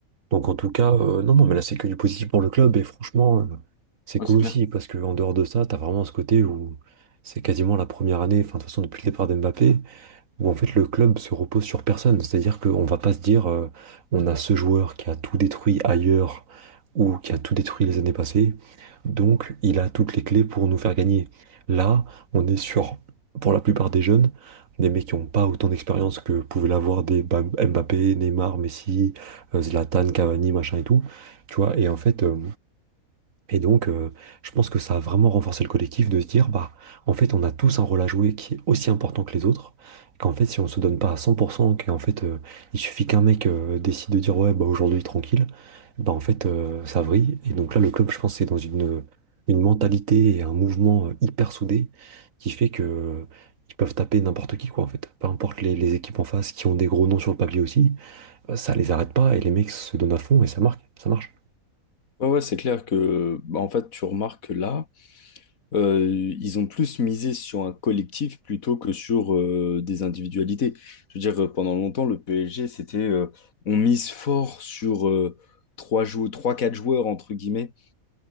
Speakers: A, on the right; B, on the left.
A: Donc en tout cas, euh, non, non, mais là c'est que du positif pour le club et franchement, euh, c'est
B: Ouais,
A: cool
B: c'est
A: aussi
B: clair.
A: parce que en dehors de ça, t'as vraiment ce côté où c'est quasiment la première année, enfin de toute façon depuis le départ d'Mbappé, où en fait le club se repose sur personne. C'est-à-dire qu'on va pas se dire euh, on a ce joueur qui a tout détruit ailleurs ou qui a tout détruit les années passées, donc il a toutes les clés pour nous faire gagner. Là, on est sur, pour la plupart des jeunes, des mecs qui n'ont pas autant d'expérience que pouvaient l'avoir des Ba- Mbappé, Neymar, Messi, euh, Zlatan, Cavani, machin et tout. Tu vois, et en fait, euh, et donc, euh, je pense que ça a vraiment renforcé le collectif de se dire, bah, en fait, on a tous un rôle à jouer qui est aussi important que les autres. Qu'en fait, si on se donne pas à 100%, qu'en fait, euh, il suffit qu'un mec euh, décide de dire, ouais, bah, aujourd'hui, tranquille, bah, en fait, euh, ça vrille. Et donc là, le club, je pense, c'est dans une, une mentalité et un mouvement euh, hyper soudé qui fait que, euh, ils peuvent taper n'importe qui, quoi, en fait. Peu importe les, les équipes en face qui ont des gros noms sur le papier aussi, euh, ça les arrête pas et les mecs se donnent à fond et ça marque, ça marche.
B: Ouais, ouais, c'est clair que, bah, en fait, tu remarques que là, euh, ils ont plus misé sur un collectif plutôt que sur euh, des individualités. Je veux dire, euh, pendant longtemps, le PSG, c'était, euh, on mise fort sur euh, trois jou- trois, quatre joueurs, entre guillemets,